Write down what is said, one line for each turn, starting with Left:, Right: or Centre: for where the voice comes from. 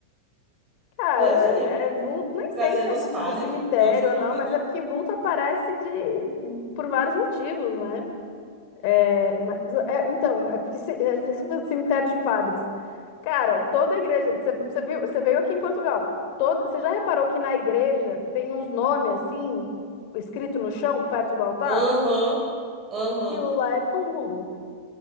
Left: Cara,
Right: Deus o livre.
Left: é vul- nem
Right: Trazendo
Left: sei se é do,
Right: os padres
Left: do cemitério
Right: <laughs> junto com
Left: ou não,
Right: ela.
Left: mas é porque vulto aparece de, por vários motivos, né? É, mas, é, então, é porque se, é, se for cemitério de padres, Cara, toda igreja. Você você viu, você veio aqui em Portugal. Toda, você já reparou que na igreja tem uns nomes assim, escrito no chão, perto do altar?
Right: Aham, aham,
Left: Aquilo lá é túmulo.